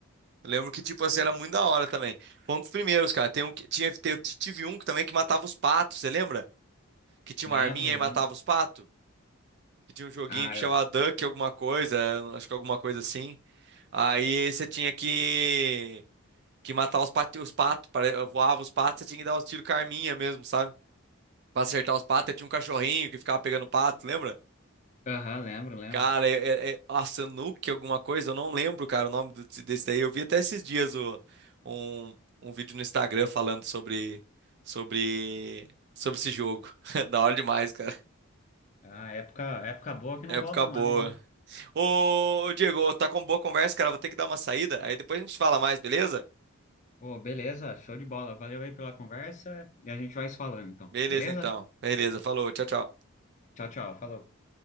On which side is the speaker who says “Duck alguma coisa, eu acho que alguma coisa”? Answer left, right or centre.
Right